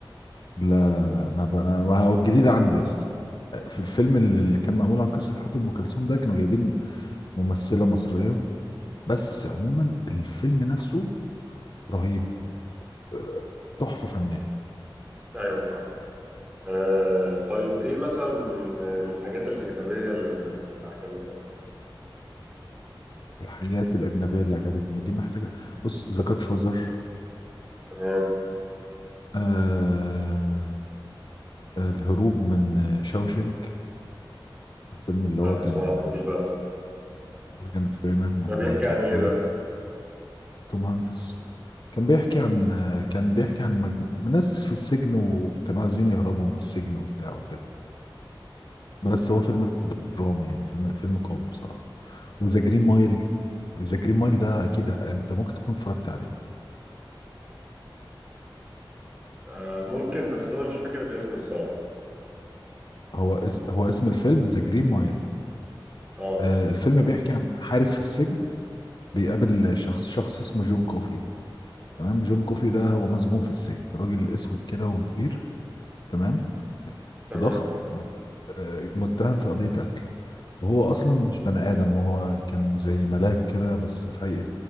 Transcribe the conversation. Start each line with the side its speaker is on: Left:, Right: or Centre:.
Left: لا لا لا أنا بقى أنا ما هو الجديد عندي يا اسطى في الفيلم اللي اللي كان معمول عن قصة حياة أم كلثوم ده كانوا جايبين ممثلة مصرية بس عموما الفيلم نفسه رهيب آه، تحفة فنية
Right: ايوه فاهم آه طيب ايه مثلا من من الحاجات الأجنبية اللي, اللي عجبتك
Left: الحاجات الأجنبية اللي عجبتني دي محتاجة بص ذا جاد فازر
Right: تمام
Left: آه آه، الهروب من شاوشنك الفيلم اللي
Right: لا
Left: هو
Right: ما
Left: كان
Right: سمعتوش ده
Left: مورجان فريمان وكان
Right: ده بيحكي عن
Left: فيه
Right: ايه ده
Left: توم هانكس كان بيحكي عن كان بيحكي عن مجموعة من ناس في السجن وكانوا عايزين يهربوا من السجن وبتاع وكده بس هو فيلم درامي يعني فيلم فيلم قوي بصراحة وذا جرين مايل ذا جرين مايل ده اكيد انت ممكن تكون اتفرجت عليه
Right: آه ممكن بس انا مش فاكر الاسم الصراحة
Left: هو اس هو اسم الفيلم ذا جرين مايل
Right: اه
Left: آه الفيلم بيحكي عن حارس في السجن بيقابل شخص شخص اسمه جون كوفي تمام جون كوفي ده هو مسجون في السجن راجل اسود كده وكبير تمام
Right: تمام
Left: وضخم بس آه، متهم في قضية قتل وهو اصلا مش بني ادم هو كان زي ملاك كده بس في هيئة